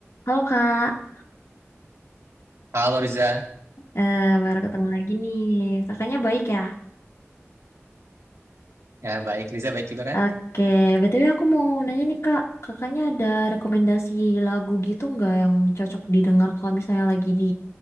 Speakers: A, on the left (about 75°); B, on the right (about 80°).
A: Halo Kak,
B: Halo Riza,
A: Eh, baru ketemu lagi nih. Kakaknya baik ya?
B: ya baik. Riza baik juga kan?
A: Oke, BTW aku mau nanya nih Kak, kakaknya ada rekomendasi lagu gitu nggak yang cocok didengar kalau misalnya lagi di